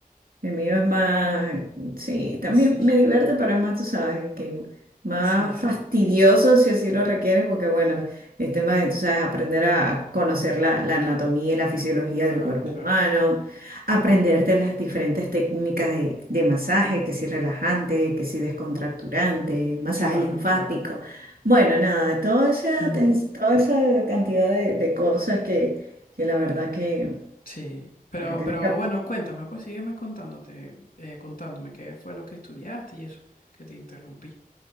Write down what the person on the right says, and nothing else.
El mío es más, sí, también
me divierte, pero es más, tú sabes, que más
fastidioso si así lo requieres, porque bueno, el tema de, tú sabes, aprender a conocer la, la anatomía y la fisiología
del cuerpo
humano, aprenderte las diferentes técnicas de, de masaje, que si relajante, que si descontracturante, masaje
linfático.
Bueno, nada, toda esa,
ten- toda esa cantidad de, de cosas que, que la verdad que,
que tienes
que... aprender.